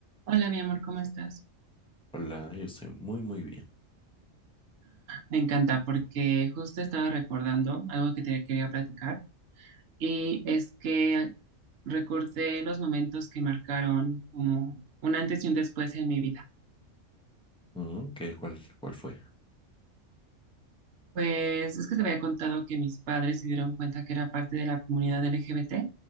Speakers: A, on the right; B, in the centre.
A: Hola, mi amor, ¿cómo estás?
B: Hola, yo estoy muy, muy bien.
A: Me encanta porque justo estaba recordando algo que te quería platicar y es que recordé los momentos que marcaron como un antes y un después en mi vida.
B: Ujú, ¿Qué, cuál, cuál fue?
A: Pues es que te había contado que mis padres se dieron cuenta que era parte de la comunidad LGBT